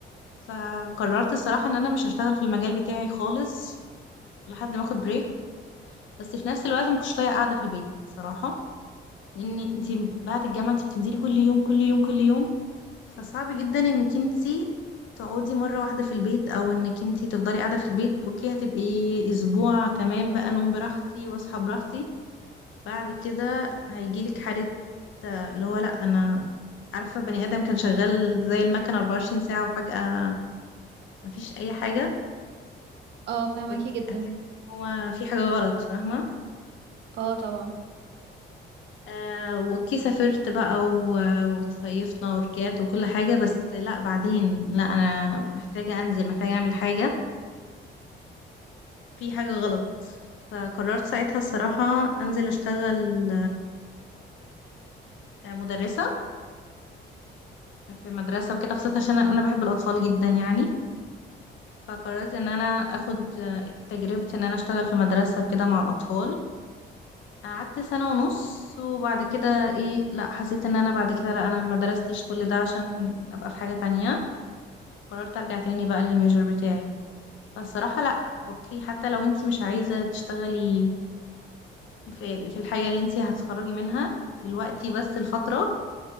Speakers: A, on the left; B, on the right.
A: فقررت الصراحه ان انا مش هشتغل في المجال بتاعي خالص لحد ما اخد بريك بس في نفس الوقت ما كنتش طايقه قاعده في البيت صراحه لان انتي بعد الجامعه انتي بتنزلي كل يوم كل يوم كل يوم فصعب جدا انك انتي تقعدي مرة واحدة في البيت او انك انتي تفضلي قاعدة في البيت اوكي هتبقي اسبوع تمام بقى نوم براحتي واصحى براحتي بعد كده هيجيلك حالة آه، اللي هو لا انا عارفة بني ادم كان شغال زي المكنة 24 ساعة وفجأة مفيش اي حاجة
B: اه فهمكي
A: فت-
B: جدا
A: هتحسي إن هو في حاجة غلط فاهمة
B: اه طبعا
A: آه وكي سافرت بقى و- وتصيفنا ورجعت وكل حاجة بس لا بعدين لا أنا محتاجة أنزل محتاجة أعمل حاجة في حاجة غلط فقررت ساعتها الصراحة أنزل أشتغل آه، مدرسة في مدرسة وكده خاصة عشان أنا بحب الأطفال جدا يعني فقررت إن أنا أخد آه، تجربة إن أنا أشتغل في مدرسة وكده مع الأطفال قعدت سنة ونص وبعد كده إيه لأ حسيت إن أنا بعد كده لأ أنا مدرستش كل ده عشان أبقى في حاجة تانية قررت أرجع تاني بقى للميجر بتاعي فالصراحة لأ أوكي حتى لو أنتي مش عايزة تشتغلي في ال- في الحاجة اللي انتي هتتخرجي منها دلوقتي بس الفترة